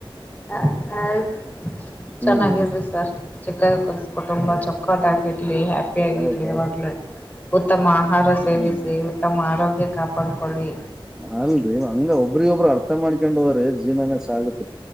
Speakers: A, on the left; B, in the centre.
A: ಹ ಆಯ್ತ್ ಚೆನ್ನಾಗಿದ್ರಿ
B: ಹ್ಮ್
A: ಸರ್ ಚಿಕ್ಕ ಕುಟುಂಬ ಚೊಕ್ಕ ಹಕ್ಕೋದಾಗಿರ್ಲಿ ಹ್ಯಾಪಿ ಆಗಿರ್ಲಿ
B: ಹೌದೌದು
A: ಅವಾಗ್ಲ ಉತ್ತಮ ಆಹಾರ ಸೇವಿಸಿ
B: ಹ್ಮ್
A: ತಮ್ಮ ಆರೋಗ್ಯ ಕಾಪಾಡ್ಕೊಳ್ಳಿ
B: ಅಲ್ರರಿ ಹಂಗ ಒಬ್ರಗ ಒಬ್ರು ಅರ್ಥ ಮಾಡ್ಕೊಂಡ್ ಹೋರಿ ಜವನೇ ಸಾಗುತ್ತ